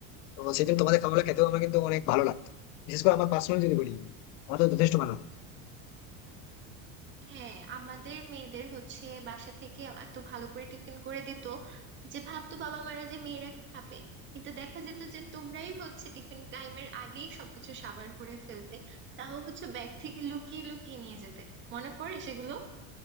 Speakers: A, on the left; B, on the right.
A: তো সেদিন তোমাদের খাবারটা খেতেও আমার কিন্তু অনেক ভালো লাগতো বিশেষ করে আমার পার্সোনাল যদি বলি আমার তো যথেষ্ট ভালো লাগতো
B: হ্যাঁ আমাদের মেয়েদের হচ্ছে বাসা থেকে এত ভালো করে টিফিন করে দিত যে ভাবতো বাবা মারা যে মেয়েরা খাবে কিন্তু দেখা যেত যে তোমরাই হচ্ছে টিফিন টাইমের আগেই সবকিছু সাবাড় করে ফেলতে তাও হচ্ছে ব্যাগ থেকে লুকিয়ে লুকিয়ে নিয়ে যেতে মনে পড়ে সেগুলো